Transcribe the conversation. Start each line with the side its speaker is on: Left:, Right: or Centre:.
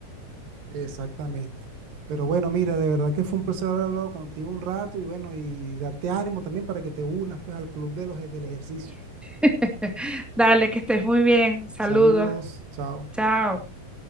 Right: Exactamente. Pero bueno, mira, de verdad que fue un placer haber hablado contigo un rato y bueno, y darte ánimo también para que te unas pues al club de los, e- del ejercicio.
Centre: <laughs> Dale, que estés muy bien. Saludos.
Right: Saludos, chao.
Centre: Chao.